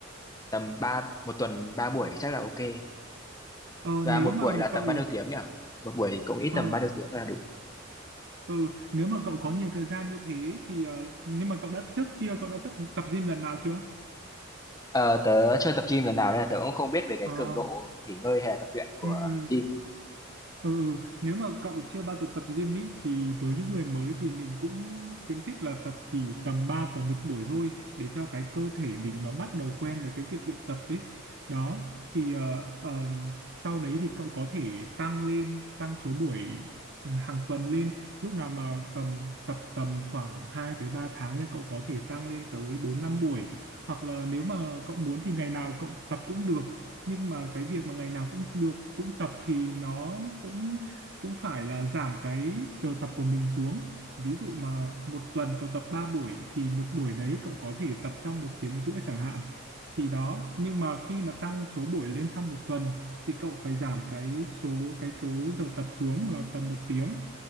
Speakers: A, on the left; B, on the right.
A: tầm ba một tuần ba buổi chắc là ok
B: Ờ,
A: và
B: nếu
A: một
B: mà
A: buổi là
B: cậu
A: tầm bao nhiêu tiếng nhỉ? Một buổi cũng ít
B: ờ
A: tầm bao nhiêu tiếng là đủ.
B: ừ, nếu mà cậu có nhiều thời gian như thế thì ờ, nhưng mà cậu đã trước kia cậu đã tập tập gym lần nào chưa?
A: Ờ, tớ chưa tập gym lần nào nên là tớ cũng không biết về cái
B: Ờ
A: cường độ nghỉ ngơi hay là tập luyện của
B: ừ ừ
A: gym
B: Ừ, ừ. nếu mà cậu chưa bao giờ tập gym ý, thì với những người mới thì mình cũng khuyến khích là tập chỉ tầm 3 tuần một buổi thôi để cho cái cơ thể mình nó bắt đầu quen với cái việc luyện tập ấy. Đó, thì ờ, ờ, sau đấy thì cậu có thể tăng lên, tăng số buổi ừ, hàng tuần lên. Lúc nào mà tầm tập tầm khoảng 2 tới 3 tháng là cậu có thể tăng lên tới 4 5 buổi. Hoặc là nếu mà cậu muốn thì ngày nào cậu tập cũng được nhưng mà cái việc mà ngày nào cũng được cũng tập thì nó cũng cũng phải là giảm cái giờ tập của mình xuống ví dụ mà một tuần cậu tập 3 buổi thì một buổi đấy cậu có thể tập trong một tiếng rưỡi chẳng hạn thì đó nhưng mà khi mà tăng số buổi lên trong một tuần thì cậu phải giảm cái số cái số giờ tập xuống là tầm một tiếng